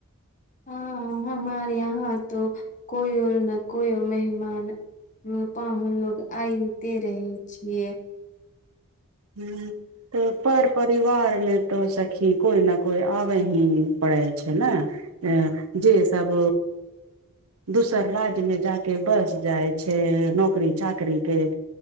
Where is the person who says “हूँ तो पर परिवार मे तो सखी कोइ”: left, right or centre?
Right